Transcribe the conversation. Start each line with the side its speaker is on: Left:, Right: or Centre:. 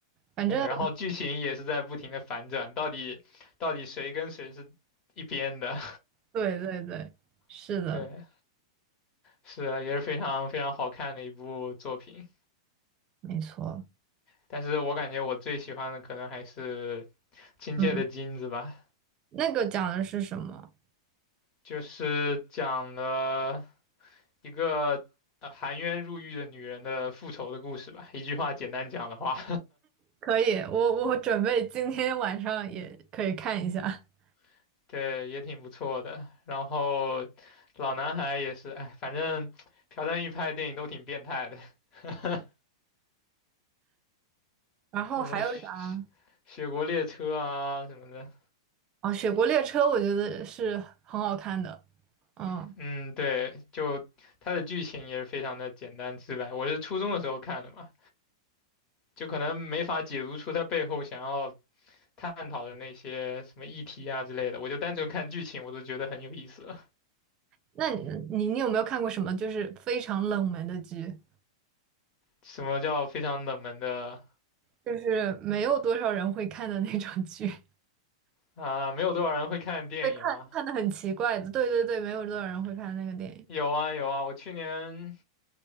Right: 反正。
Left: 对，然后剧情也是在不停的反转，到底到底谁跟谁是一边的？
Right: 对对对，是的，
Left: <laughs> 对，是啊也是非常非常好看的一部作品。
Right: 没错。
Left: 但是我感觉我最喜欢的可能还是《亲切的金子》吧，
Right: 嗯，那个讲的是什么？
Left: 就是讲了。一个呃含冤入狱的女人的复仇的故事吧。一句话简单讲的话，
Right: 可以，我我准备今天晚上也可以看一下。<laughs>
Left: <laughs> 对，也挺不错的。然后老男孩也是，哎，反正朴赞郁拍的电影都挺变态的，<laughs>
Right: 然后还有啥？
Left: 什么雪雪国列车啊什么的。
Right: 哦，《雪国列车》我觉得是很好看的。嗯，
Left: 嗯，对，就他的剧情也是非常的简单直白。我是初中的时候看的嘛，就可能没法解读出他背后想要探讨的那些什么议题啊之类的。我就单纯看剧情，我都觉得很有意思。
Right: 那你你你有没有看过什么就是非常冷门的剧，
Left: 什么叫非常冷门的
Right: 就是没有多少人会看的那种剧，会
Left: 啊？没有多少人会看电影吗？
Right: 看看的很奇怪的。对对对，没有多少人会看那个电影。
Left: 有啊有啊，我去年